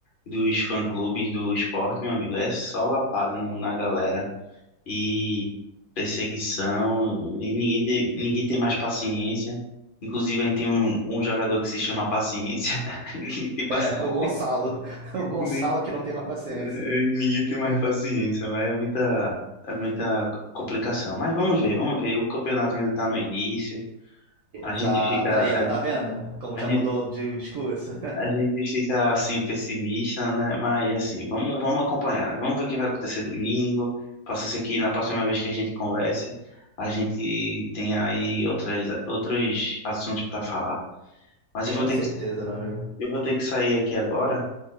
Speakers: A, on the left; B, on the right.
A: dos fã-clubes do esporte, meu amigo, é só lapada no- na galera e perseguição, e ninguém, te- ninguém tem mais paciência. Inclusive, aí tem um, um jogador que se chama Paciência. <laughs> Ninguém tem paciência,
B: É, o Gonçalo. <laughs> O Gonçalo
A: nem,
B: que não tem mais paciência.
A: eh, ninguém tem mais paciência, mas é muita, é muita complicação. Mas vamos ver, vamos ver. O campeonato ainda tá no início.
B: Exato.
A: A gente fica,
B: Aí,
A: a,
B: ó, tá vendo? Como
A: a
B: já
A: gente,
B: mudou de o discurso.
A: a gente fica assim pessimista, né? Mas assim, vamos, vamos acompanhar, né? Vamos ver o que vai acontecer domingo. Possa ser que na próxima vez que a gente converse, a gente tenha aí outras, outros assuntos para falar.
B: <laughs>
A: Mas eu vou
B: Com
A: ter
B: certeza,
A: que,
B: meu amigo.
A: eu vou ter que sair aqui agora.